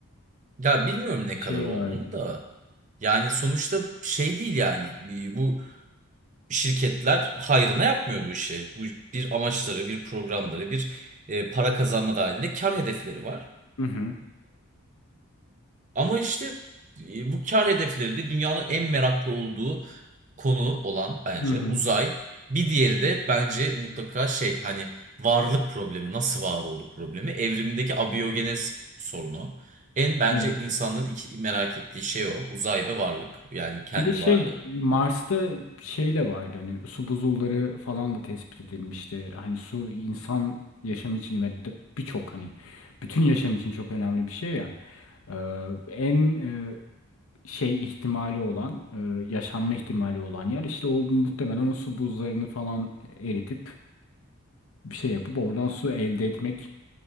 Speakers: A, on the right; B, on the left.
A: ya bilmiyorum ne
B: bir şey
A: kadar olduğunu
B: vardı.
A: da yani sonuçta şey değil yani Bir- bu şirketler hayrına yapmıyor bu işi. Bu bir amaçları, bir programları, bir e, para kazanma dahilinde kar hedefleri var.
B: Hı hı.
A: Ama işte e, bu kar hedefleri de dünyanın en meraklı olduğu konu olan bence
B: Hı hı.
A: uzay. Bir diğeri de bence mutlaka şey hani varlık problemi, nasıl var olduk problemi, evrimindeki abiyogenez sorunu. En bence
B: Evet.
A: insanların iki, merak ettiği şey o. Uzay ve varlık. Yani kendi
B: Bir de şey
A: varlığı.
B: Mars'ta şey de vardı hani su buzulları falan da tespit edilmişti. Hani su insan yaşam için ve de- birçok hani bütün yaşam için çok önemli bir şey ya. Ee, en e, şey ihtimali olan e, yaşanma ihtimali olan yer işte o muhtemelen o su buzlarını falan eritip bir şey yapıp oradan su elde etmek